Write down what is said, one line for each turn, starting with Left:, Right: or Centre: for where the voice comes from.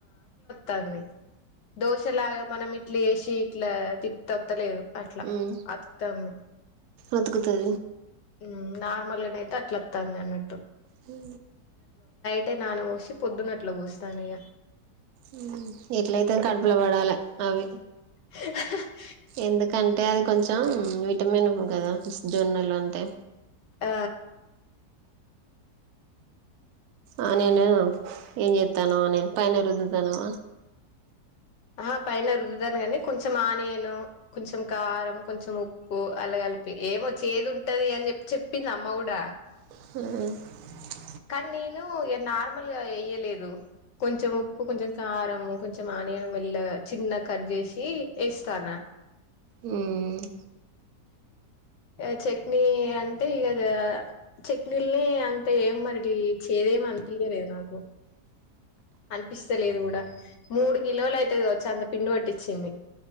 Left: తాంది దోషలాగ మనమిట్ ఇట్లేసి ఇట్లా తిప్తత్తలేదు
Right: ఉమ్
Left: అతుకతాంది
Right: అతుకుతది
Left: ఉమ్మ్ నార్మల్గ నైతె అట్ల అత్తంది అన్నట్టు
Right: హు
Left: టే నాన పోసి పొద్దున అట్ల పోస్తానిగ
Right: ఉమ్మ్ ఎట్లయితేం కడుపులో పడాల అవి
Left: హ్ హ హ
Right: ఎందుకంటే అది కొంచెం విటమిన్ గదా జొన్నలు అంటే
Left: ఆ
Right: ఆ నేను ఏం చెత్తానో నేను పైన రుద్దుతానో
Left: ఆహా పైన రుద్దుతాను కాని కొంచెం ఆనియను కొంచెం కారం కొంచెం ఉప్పు అలా కలిపి ఏవో చేదుంటది అని చెప్ చెప్పింది అమ్మ కూడ
Right: ఆ
Left: కానీ నేను ఇగ నార్మల్గ ఏయలేదు కొంచెం ఉప్పు కొంచెం కారం కొంచెం ఆనియన్ మెల్లగ చిన్నగ కట్ చేసి ఏస్తాన్నా
Right: మ్మ్
Left: అ చట్నీ అంటే ఇకదా అ చట్నీల్ని అంత ఏం మరిడీ చేదేం అనిపియలేద్ నాకు అనిపిస్తలేదు కూడ మూడు కిలోలు అయితది వచ్చేంత పిండి పట్టిచ్చింది